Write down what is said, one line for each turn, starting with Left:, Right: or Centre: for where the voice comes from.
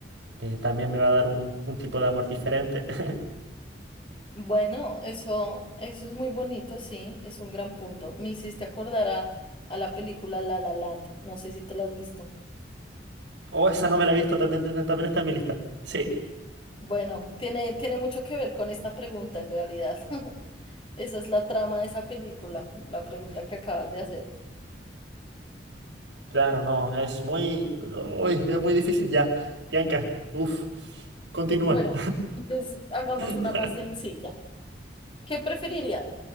Right: que también me va a dar un, un tipo de amor diferente. <laughs>
Left: Bueno, eso, eso es muy bonito, sí, es un gran punto. Me hiciste acordar a, a la película La La Land, no sé si te la has visto.
Right: Oh, esa no me la he visto, también, también está en mi lista. Sí,
Left: Bueno, tiene, tiene mucho que ver con esta pregunta en realidad. <laughs> Esa es la trama de esa película, la pregunta que acabas de hacer.
Right: claro, no, es muy... uy, es muy difícil ya. Bianca, uff, continúa.
Left: Bueno, entonces hagamos
Right: <laughs>
Left: una más sencilla. ¿Qué preferirías?